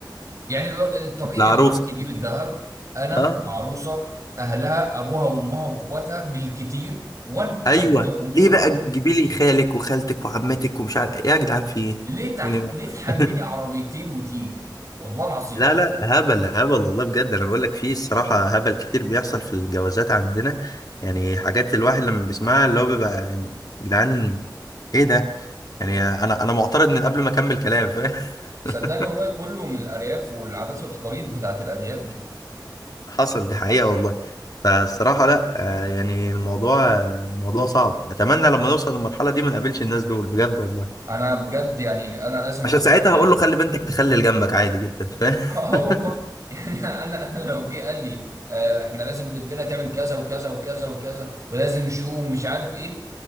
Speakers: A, on the right; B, on the left.
A: يعني ال- الطبيعي
B: العروسه
A: اللي رايح يجيب الذهب انا
B: اه
A: العروسه اهلها ابوها وامها واخواتها بالكتير وانا
B: ايوه
A: ابويا وامي
B: ليه
A: واخواتي
B: بقى تجيبي لي خالك وخالتك وعمتك ومش عارف إيه؟ يا جدعان في ايه
A: ليه تح...
B: يعني
A: ليه
B: <laughs>
A: تحملي عربيتين وتيجي؟ والله العظيم
B: لا لا هبل هبل والله بجد انا بقول لك في الصراحه هبل كتير بيحصل في الجوازات عندنا يعني حاجات الواحد لما بيسمعها اللي هو بيبقى يعني يا جدعان ايه ده يعني انا انا معترض من قبل ما اكمل كلام فاهم
A: صدقني
B: <laughs>
A: والله كله من الارياف والعادات والتقاليد بتاعت الارياف دي
B: حصل دي حقيقة والله فالصراحة لا آه، يعني الموضوع آه، موضوع صعب أتمنى لما نوصل للمرحلة دي ما نقابلش الناس دول بجد والله
A: انا بجد يعني انا لازم
B: عشان
A: اخش
B: ساعتها
A: على
B: هقول له خلي بنتك تخلي جنبك عادي جدا فاهم
A: <laughs> اه
B: <laughs>
A: والله يعني انا <laughs> انا لو جه قال لي آه، احنا لازم بنتنا تعمل كذا وكذا وكذا وكذا ولازم شو ومش عارف ايه